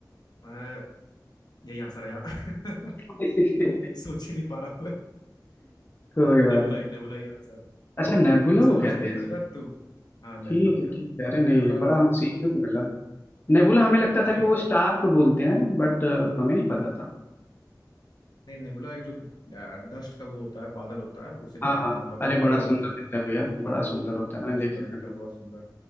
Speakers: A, on the left; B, on the left.
A: है यही आंसर है यार <laughs>
B: <laughs>
A: सोच ही नहीं पा रहा हूँ मैं।
B: कोई बात
A: नेबुला ही
B: नहीं
A: नेबुला ही आंसर है।
B: अच्छा नेबुला
A: चलो
B: को
A: अच्छा
B: कहते
A: तो
B: हैं
A: अच्छा तू हाँ नेबुला
B: ठीक है
A: का
B: ठीक है अरे नहीं
A: नेबुला
B: ये बड़ा
A: को
B: हमें सीखने
A: जो
B: को मिला नेबुला हमें लगता
A: हाँ मुझे
B: था कि
A: ट,
B: वो स्टार को बोलते हैं बट हमें नहीं पता था
A: नहीं नेबुला एक जो डस्ट का वो होता है बादल होता है उसे कहते
B: हाँ हाँ
A: हैं नेबुला बहुत
B: अरे बड़ा
A: बड़े बड़े
B: सुंदर
A: होते हैं
B: दिखता है भैया बड़ा सुंदर होता है मैंने
A: बहुत
B: देखा
A: सुंदर
B: है
A: दिखता
B: नेबुला
A: है बहुत सुंदर